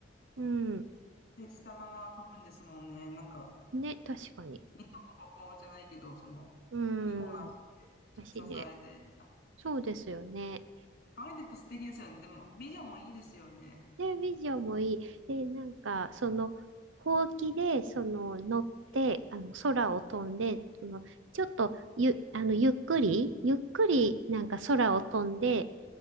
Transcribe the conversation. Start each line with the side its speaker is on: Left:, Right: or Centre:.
Right: うん。
Left: したまま飛ぶんですもんね。なんか、
Right: ね、確かに。
Left: 二足歩行じゃないけど、その、
Right: う
Left: 二本の足でちょっと支えてみたいな。
Right: ん。足で。そうですよね。
Left: 考えた人素敵ですよね。でも、美女もいいですよね。
Right: で、ビジョンもいい。で、なんか、その、ほうきで、その、乗って、あの、空を飛んで、その、ちょっと、ゆ、あの、ゆっくり、ゆっくり、なんか空を飛んで、